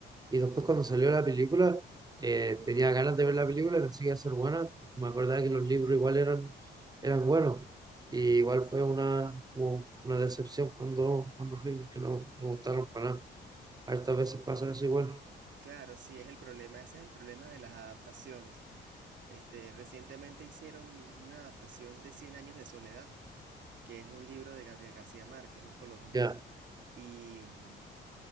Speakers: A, on the right (about 20°); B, on the right (about 65°).
A: Y después cuando salió la película, eh, tenía ganas de ver la película y pensé que iba a ser buena, porque me acordaba que los libros igual eran, eran buenos. Y igual fue una, como una decepción cuando, cuando fui, porque no, no me gustaron para nada. Hartas veces pasa eso igual.
B: Claro, sí, es el problema. Ese es el problema de las adaptaciones. Este, recientemente hicieron una adaptación de Cien años de soledad, que es un libro de Gabriel García Márquez, un colombiano.
A: Ya,
B: y mm,